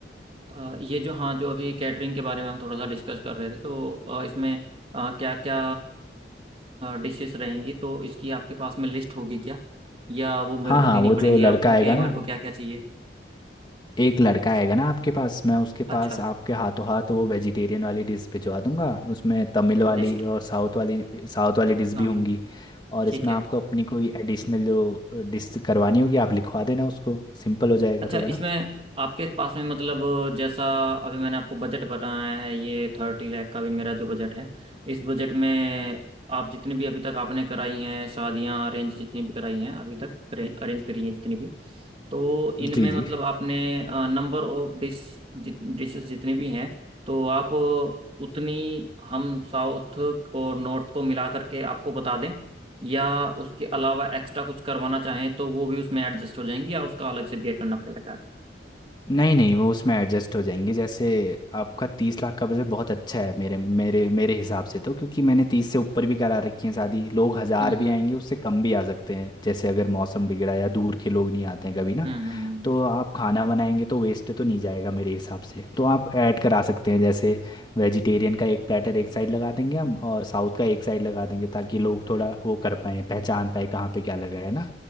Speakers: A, on the right; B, on the left.
A: अ, ये जो हाँ जो अभी कैटरिंग के बारे में हम थोड़ा सा डिस्कस कर रहे थे तो अ, इसमें क्या क्या डिशेस रहेंगी तो इसकी आपके पास में लिस्ट होगी क्या या वो मेरे
B: हाँ
A: को
B: हाँ
A: देनी
B: वो
A: पड़ेगी
B: जो लड़का
A: आपको
B: आएगा
A: कि मेरे
B: ना
A: को क्या क्या चाहिए
B: एक लड़का आएगा ना आपके पास मैं उसके
A: अच्छा
B: पास आपके हाथों हाथ वो वेजिटेरियन वाली डिश भिजवा दूंगा उसमें तमिल वाली
A: लिस्ट
B: और साउथ वाली साउथ वाली डिश
A: हाँ
B: भी होंगी
A: हाँ
B: और
A: ठीक
B: इसमें
A: है
B: आपको अपनी कोई एडिशनल जो डिश करवानी होगी आप लिखवा देना उसको सिंपल हो जाएगा
A: अच्छा
B: थोड़ा
A: इसमें
B: ना
A: आपके पास में मतलब जैसा अभी मैंने आपको बजट बताया है ये थर्टी लाख का भी मेरा जो बजट है इस बजट में आप जितनी भी अभी तक आपने कराई हैं शादियां अरेंज जितनी भी कराई हैं अभी तक अरेंज करी हैं जितनी भी तो इनमें
B: जी जी
A: मतलब आपने नंबर ऑफ डिश डिशेस जितनी भी हैं तो आप उतनी हम साउथ और नॉर्थ को मिला करके आपको बता दें या उसके अलावा एक्स्ट्रा कुछ करवाना चाहें तो वो भी उसमें एडजस्ट हो जाएंगी या उसका अलग से बेयर करना पड़ेगा चार्ज
B: नहीं नहीं वो उसमें एडजस्ट हो जाएंगे जैसे आपका तीस लाख का बजट बहुत अच्छा है मेरे मेरे मेरे हिसाब से तो क्योंकि मैंने तीस से ऊपर भी करा रखी है शादी लोग हज़ार
A: हम्म
B: भी आएंगे उससे कम भी आ सकते हैं जैसे अगर मौसम बिगड़ा या दूर के लोग नहीं आते हैं कभी ना
A: हम्म हम्म हम्म
B: तो आप खाना बनाएंगे तो वेस्ट तो नहीं जाएगा मेरे हिसाब से तो आप ऐड करा सकते हैं जैसे वेजिटेरियन का एक प्लेटर एक साइड लगा देंगे हम और साउथ का एक साइड लगा देंगे ताकि लोग थोड़ा वो कर पाए पहचान पाए कहाँ पे क्या लगा है ना